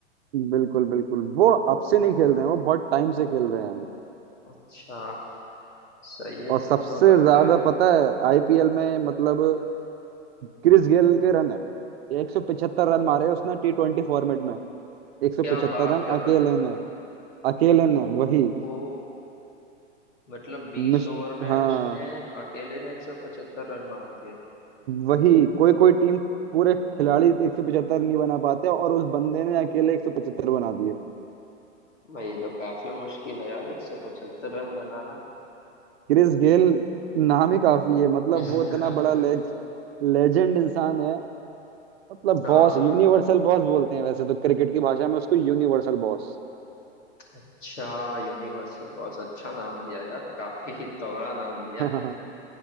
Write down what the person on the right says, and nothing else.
बिल्कुल बिल्कुल वो अब से नहीं खेल रहे हैं वो बहुत टाइम से खेल रहे हैं
और
सबसे
ज्यादा
पता है आईपीएल में मतलब क्रिस गेल के रन है 175 रन मारे उसने टी ट्वेंटी फॉर्मेट में 175
रन
अकेले
ने अकेले ने वही
मिस
हाँ
वही कोई कोई टीम पूरे खिलाड़ी 175 नहीं बना पाते और उस बंदे ने अकेले 175 बना दिए
क्रिस गेल नाम ही काफी है मतलब
वो इतना बड़ा लेज, लेजेंड इंसान है मतलब
बॉस यूनिवर्सल बॉस बोलते हैं वैसे तो क्रिकेट की भाषा में उसको यूनिवर्सल बॉस
<laughs>